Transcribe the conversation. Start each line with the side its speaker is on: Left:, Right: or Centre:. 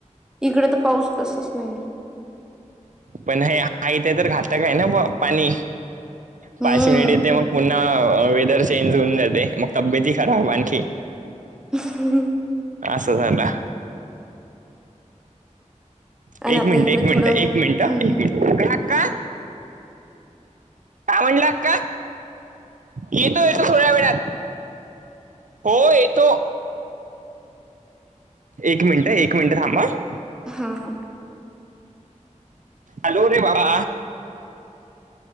Centre: इकडे तर पाऊस कसाच नाही.
Right: पण हे आहे. <unintelligible> तर घातक आहे ना पाणी? पाच
Centre: हम्म
Right: मिनिट येते मग पुन्हा वेदर चेंज होऊन जाते. मग- तब्येती खराब आणखी.
Centre: ह.
Right: असं झालं.
Centre: आणि
Right: एक
Centre: आता
Right: मिनिटं.
Centre: इकडे
Right: एक मिनिट.
Centre: थोडं
Right: एक
Centre: हम्म
Right: मिनिटं. ठीकए.
Centre: हम्म
Right: काय म्हटलं अक्का? येतो येतो थोड्या वेळात. हो येतो. एक मिनिट. एक मिनिट थांब हं.
Centre: हा हां.
Right: आलो रे बाबा.